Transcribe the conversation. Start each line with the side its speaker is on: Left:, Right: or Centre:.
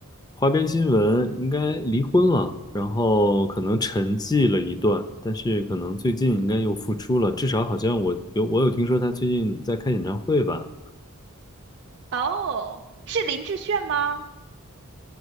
Left: 花边新闻，应该离婚了，然后可能沉寂了一段，但是可能最近应该又复出了，至少好像我有我有听说他最近在开演唱会吧？
Right: 哦，是林志炫吗？